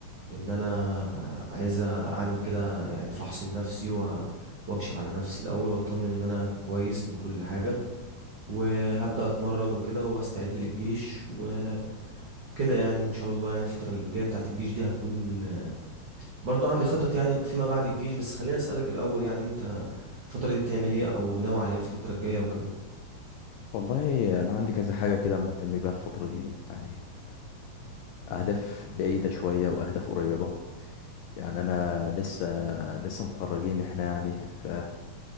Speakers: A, on the right; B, on the left.
A: إن أنا عايز أعمل كده يعني فحص لنفسي و... وأكشف على نفسي الأول وأطمن إن أنا كويس من كل حاجة وهبدأ أتمرن وكده وأستعد للجيش وكده يعني إن شاء الله يعني الفترة الجاية بتاعت الجيش دي هتكون برضو عندي خطط يعني فيما بعد الجيش بس خليني أسألك الأول يعني أنت الفترة دي بتعمل إيه أو ناوي على إيه الفترة الجاية وكده
B: والله انا عندي كذا حاجه كده مهتم بيها الفتره دي يعني اهداف بعيده شويه واهداف قريبه يعني انا لسه لسه متخرجين احنا يعني ف